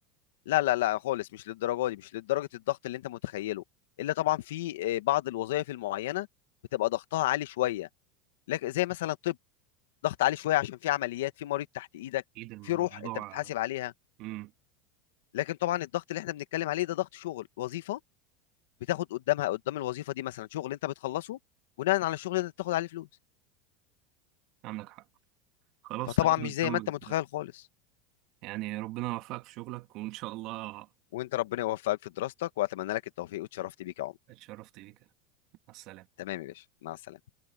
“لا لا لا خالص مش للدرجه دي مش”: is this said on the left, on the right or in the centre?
Left